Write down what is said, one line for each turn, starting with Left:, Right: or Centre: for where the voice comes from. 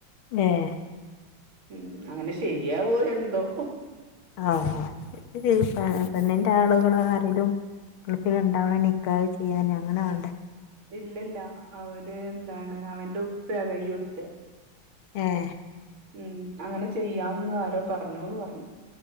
Left: ഏഹ്
Right: ഉം അങ്ങനെ ശെര്യാവോ എന്തോ
Left: ആഹ് പെ പെണ്ണിന്റെ ആളുകള് ആരേലും ഗൾഫിൽ ണ്ടാവണം നിക്കാഹ് ചെയ്യാൻ അങ്ങനെ വാണ്ടേ
Right: ഇല്ലില്ല അവര് ന്താണ് അവന്റെ ഉപ്പയാ കൈയ്യൊട്ത്തെ
Left: ഏഹ്
Right: ഉം അങ്ങനെ ചെയ്യാംന്ന് ആരോ പർഞ്ഞൂന്ന് പർഞ്ഞു